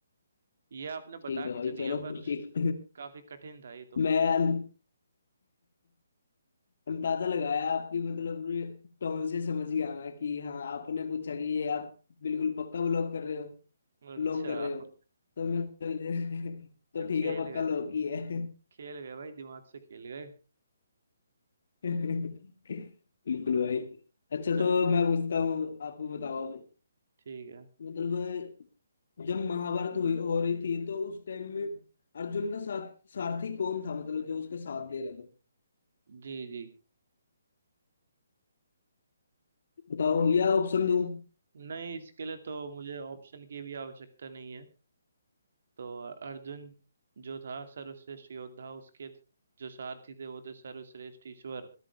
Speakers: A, on the right (about 60°); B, on the left (about 55°).
A: ये आपने बता
B: ठीक है भाई
A: किसे दिया
B: चलो
A: पर <laughs>
B: ठीक
A: काफी कठिन था ये तो
B: मैं अं- अंदाजा लगाया आपकी मतलब टोन से समझ गया मैं कि हाँ आपने पूछा कि ये आप बिल्कुल पक्का ब्लॉक कर रहे हो
A: अच्छा
B: लॉक कर रहे
A: अच्छा
B: हो तो मैं <laughs> तो ठीक
A: खेल
B: है पक्का
A: गए
B: लॉक ही है
A: खेल गए भाई दिमाग से खेल गए
B: बिल्कुल भाई अच्छा
A: चल
B: तो मैं पूछता हूँ आपको बताओ आप
A: ठीक है
B: मतलब जब महाभारत हुई हो रही थी तो उस टाइम में अर्जुन का साथ सारथी कौन था मतलब जो उसके साथ दे रहा था
A: जी जी
B: बताओ या ऑप्शन दूं
A: नहीं इसके लिए तो मुझे ऑप्शन की भी आवश्यकता नहीं है तो अर्जुन जो था सर्वश्रेष्ठ योद्धा उसके जो सारथी थे वो थे सर्वश्रेष्ठ ईश्वर